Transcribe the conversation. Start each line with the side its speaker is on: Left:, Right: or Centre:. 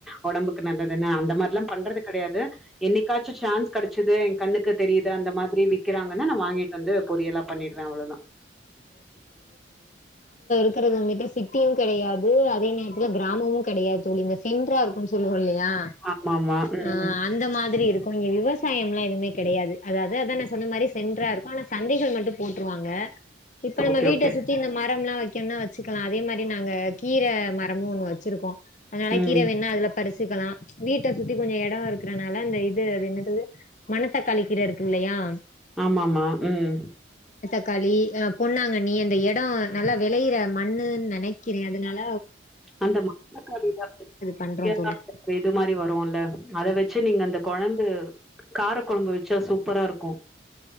Centre: ஒடம்புக்கு நல்லதுனு அந்த மாரிலா பண்றது கடையாது என்னைக்காச்சு சான்ஸ் கடைச்சது எ கண்ணுக்கு தெரிது அந்த மாரி விக்கறாங்கனா நா வாங்கிட்டு வந்து பொரியலா பண்ணிடுவே அவ்ளதா
Left: இருக்றது வந்துட்டு சிட்டியு கெடையாது அதே நேரத்துல கிராமமு கெடையாது தோழி இந்த சென்ட்ரா இருக்குன் சொல்வோ இல்லையா
Centre: ஆமாமா. ம்.
Left: ஆ அந்த மாதிரி இருக்குங்க ப்ப இங்க விவசாயம்லா எதுமே கெடையாது அதாது அதா நா சொன்ன மாரி சென்ட்ரா இருக்கு ஆனா சந்தைகள் மட்டு போட்ருவாங்க இப்ப நம்ம
Centre: ஓகே,
Left: வீட்ட
Centre: ஓகே.
Left: சுத்தி இந்த ம மரம்லா வெக்கணுனா வச்சுக்லா அதே மாரி நாங்க கீர மரமு ஒன்னு வச்சிருக்கோ அதனால
Centre: ம்.
Left: கீர வேணுனா அதுல பறிச்சுக்கலா வீட்ட சுத்தி கொஞ்ச எட இருக்கறனால அந்த இது அது என்னதது மணத்தக்காளி கீர இருக்குல்ல லயா
Centre: ஆமாமா ம்
Left: தக்காளி அ பொண்ணாங்கன்னி அந்த எடோ நல்லா வெளையிற மண்ணுன் நெனைக்கிறே அதுனால
Centre: அந்த மணத்தக்காளி <inaudible>
Left: பண்றோ தோழி
Centre: இது மாரி வருல்ல அத வெச் சு நீங்க அந்த கொழம்பு கார கொழம்பு வெச்சா சூ ப்பரா இருக்கு